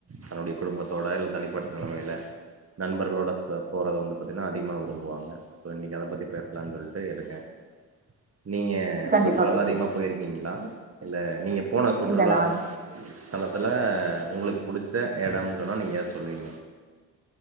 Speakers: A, on the right; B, on the right.
A: தன்னுடைய குடும்பத்தோட இல்ல தனிப்பட்ட நிலமையில நண்பர்களோட போறத வந்து பாத்தீங்கனா அதிகமாக விரும்புவாங்க ஸோ இன்னைக்கு அத பத்தி பேசலாம்னு சொல்லிட்டு இருக்கேன் நீங்க
B: கண்டிப்பா
A: சுற்றுலா எல்லாம்
B: பேசலா
A: அதிகமாக போயிருக்கீங்களா இல்ல நீங்க போன சுற்றுலா
B: இல்ல நா
A: தலத்துல உங்களுக்கு புடிச்ச எடம்னு சொன்னா நீங்க ஏத சொல்லுவீங்க